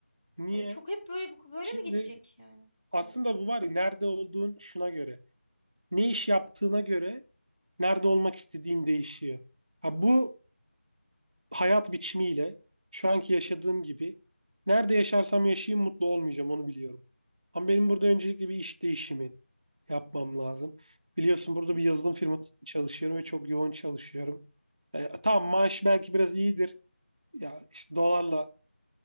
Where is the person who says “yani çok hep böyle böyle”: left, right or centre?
Left